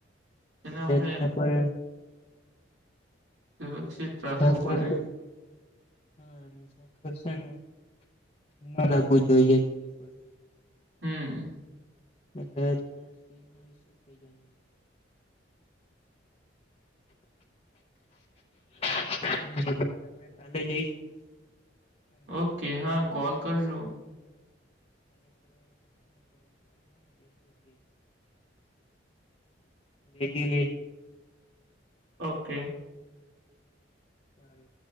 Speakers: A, on the right; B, on the left.
A: એને
B: એટલે
A: આપણે
B: તેના પર
A: સુરક્ષિત
B: જ
A: રાખવું પડે
B: <unintelligible> હા એમ કરશે ને ન લાગવું જોઈએ ટીવી પર
A: હમ.
B: એટલે છેને <unintelligible> હા પછી આપણેે કાલે જઈશું. હમ
A: ઓકે હા કોલ કરજો.
B: કાલે સવારે મેં તમને કોલ કરું હો ને દસ વાગે. રેટી રેજો.
A: ઓકે.
B: સારું